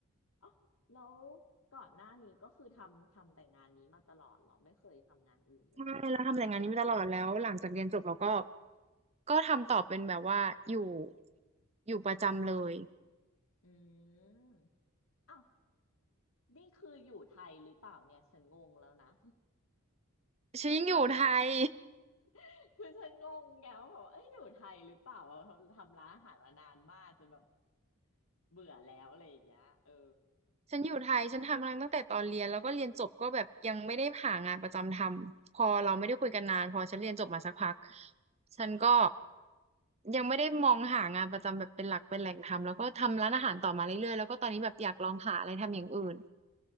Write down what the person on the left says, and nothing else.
อ๋อแล้วก่อนหน้านี้ก็คือทำทำแต่งานนี้มาตลอดเหรอไม่เคยทำงานอื่นเลยอ๋อ
อืมอ้าวนี่คืออยู่ไทยหรือเปล่าเนี่ยฉันงงแล้วนะ
<laughs> คือฉันงงไงว่าแบบเอ้ยอยู่ไทยหรือเปล่าทำร้านอาหารมานานมากจนแบบเบื่อแล้วอะไรอย่างเงี้ยเออ